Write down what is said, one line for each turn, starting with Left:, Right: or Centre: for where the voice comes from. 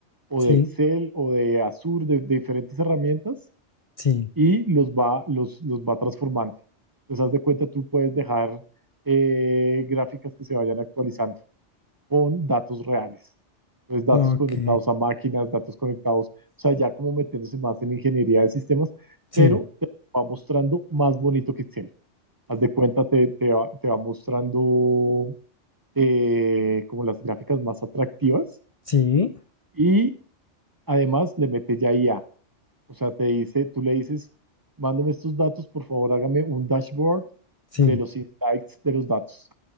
Right: o
Left: sí,
Right: de Excel o de Azure, de, de diferentes herramientas,
Left: sí.
Right: y los va, los, los va transformando. Entonces, haz de cuenta, tú puedes dejar eh, gráficas que se vayan actualizando con datos reales. Entonces, datos
Left: Ok.
Right: conectados a máquinas, datos conectados, o sea, ya como metiéndose más en ingeniería de sistemas,
Left: Sí,
Right: pero te va mostrando más bonito que Excel. Haz de cuenta, te, te va, te va mostrando eh, como las gráficas más atractivas
Left: sí,
Right: y además le mete ya IA. O sea, te dice, tú le dices, mándame estos datos, por favor, hágame un dashboard
Left: sí.
Right: de los insights de los datos